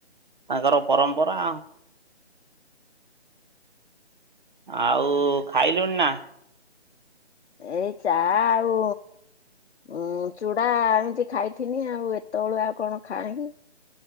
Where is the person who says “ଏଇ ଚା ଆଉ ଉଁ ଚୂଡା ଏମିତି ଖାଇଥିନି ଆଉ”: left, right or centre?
Left